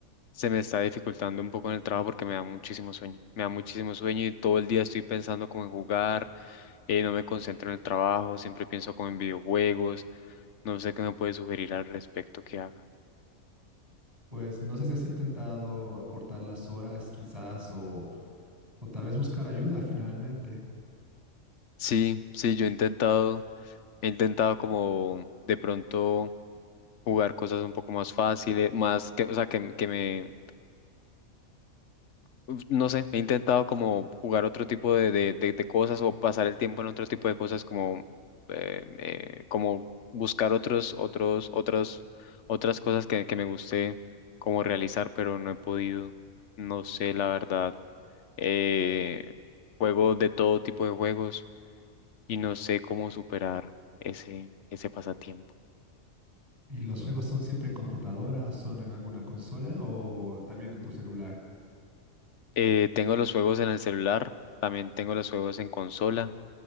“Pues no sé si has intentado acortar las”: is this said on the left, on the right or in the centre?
Right